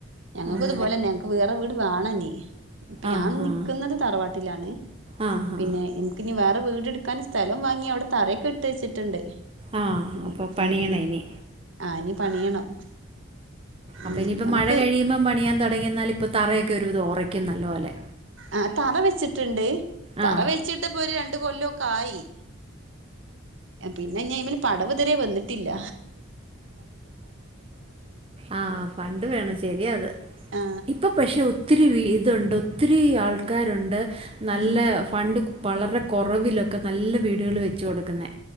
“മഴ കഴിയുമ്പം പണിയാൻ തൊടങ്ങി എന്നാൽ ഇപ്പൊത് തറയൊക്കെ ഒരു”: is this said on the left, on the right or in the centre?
Right